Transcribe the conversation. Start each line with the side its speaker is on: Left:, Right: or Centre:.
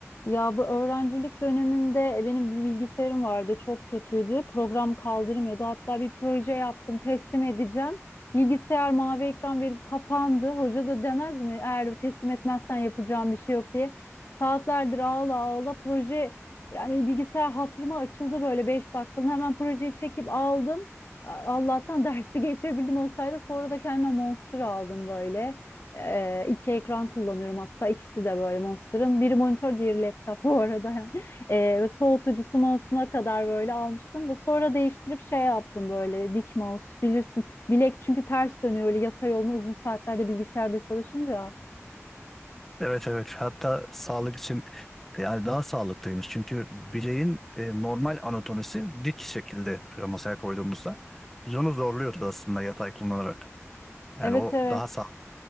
Left: Ya bu öğrencilik dönemimde e, benim bir bilgisayarım vardı çok kötüydü. Program kaldırmıyordu. Hatta bir proje yaptım teslim edeceğim. Bilgisayar mavi ekran verip kapandı. Hoca da demez mi eğer teslim etmezsen yapacağım bir şey yok diye. Saatlerdir ağla ağla proje yani bilgisayar hatırıma açıldı böyle 5 dakikalığına hemen projeyi çekip aldım. A- Allah'tan <laughs> dersi geçebildim olsaydı sonra da kendime Monster aldım böyle. Ee, iki ekran kullanıyorum hatta ikisi de böyle Monster'ın. Biri monitör, diğeri laptop bu arada. <laughs> Yani. Ee, ve soğutucusu mouse'una kadar böyle almıştım da sonra değiştirip şey yaptım böyle dik mouse bilirsin. Bilek çünkü ters dönüyor öyle yatay yolunu uzun saatlerde bilgisayarda çalışınca.
Centre: Evet evet hatta sağlık için yani daha sağlıklıymış. Çünkü bileğin e, normal anatomisi dik şekilde şöyle masaya koyduğumuzda biz onu zorluyoruz aslında yatay kullanarak. Yani
Left: Evet
Centre: o
Left: evet.
Centre: daha sağlıklı.